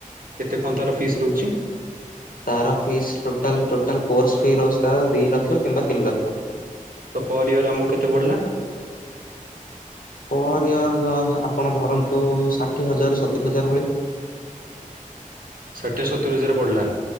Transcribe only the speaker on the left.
ତାର ଫିସ୍‌ ଟୋଟାଲ କୋର୍ସ ଫି ରହୁଛି ତ ଦି ଲକ୍ଷ କିମ୍ବା ତିନି ଲକ୍ଷ।
ପର ଇୟର୍ ଆପଣ ଧରନ୍ତୁ ଷାଠିଏ ହଜାର ସତୁରି ହଜାର ଭଳି।